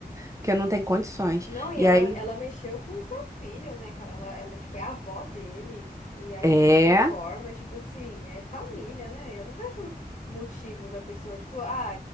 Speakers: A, on the right; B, on the left.
A: porque eu não tenho condições.
B: Não, e
A: E
B: ela,
A: aí,
B: ela mexeu com o seu filho, né, cara? Ela, ela, tipo, é a avó dele e agir
A: é.
B: dessa forma, tipo assim, é família, né? Eu não vejo motivo da pessoa, tipo, ah,